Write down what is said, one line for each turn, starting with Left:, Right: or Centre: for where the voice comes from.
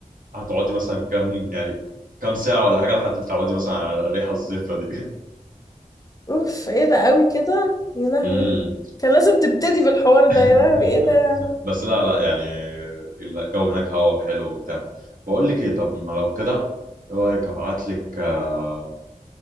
Right: هتقعدي مثلا كام يعني كام ساعه ولا حاجه لحد ما تتعودي مثلا على الريحه الزفره دي
Left: اوف ايه ده قوي كده
Right: <laughs>
Left: يا لهوي
Right: امم
Left: كان لازم تبتدي بالحوار
Right: <laughs>
Left: ده يا لهوي ايه ده
Right: بس لا لا يعني الجو هناك هوا حلو وبتاع بقول لك ايه طب ما لو كده ايه رايك ابعت لك آه،